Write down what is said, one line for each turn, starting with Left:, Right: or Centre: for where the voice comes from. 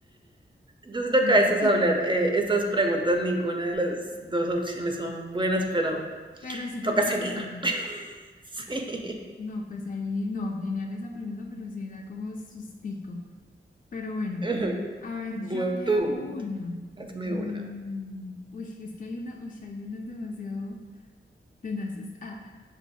Right: Yo siento
Left: no
Right: que a
Left: sé,
Right: veces
Left: <laughs>
Right: hablar eh, estas preguntas, ninguna de las dos opciones son buenas, pero
Left: pero si me
Right: toca
Left: toca
Right: seguir.
Left: escoger una,
Right: <laughs> Sí.
Left: no, pues ahí, no, genial esa pregunta, pero sí da como sustico, pero bueno.
Right: <laughs>
Left: A ver, yo
Right: Bueno,
Left: te
Right: tú,
Left: hago una.
Right: hazme
Left: Mm,
Right: una.
Left: uy, es que hay una, uy, sí, hay unas demasiado tenaces. Ah,